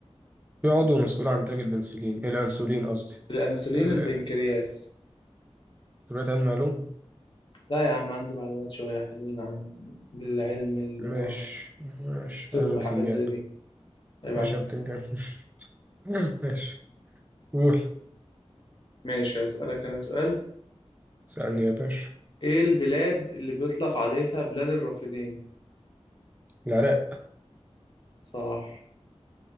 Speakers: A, on the right (about 15°); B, on the left (about 45°).
A: في عضو مسؤول عن إنتاج البنسلين الأنسولين قصدي
B: الأنسولين
A: ال...
B: البنكرياس
A: دلوقتي علم معلوم
B: لا يا عم عندي معلومات شوية حلوين عن العلم اللي
A: ماشي
B: هو
A: ماشي
B: طب
A: علم
B: وحاجات
A: البتنجان
B: زي دي عيب
A: ماشي
B: عليك
A: يا بتنجان <laughs> ماشي قول
B: ماشي هسألك أنا سؤال
A: اسألني يا باشا
B: إيه البلاد اللي بيطلق عليها بلاد الرافدين
A: العراق
B: صح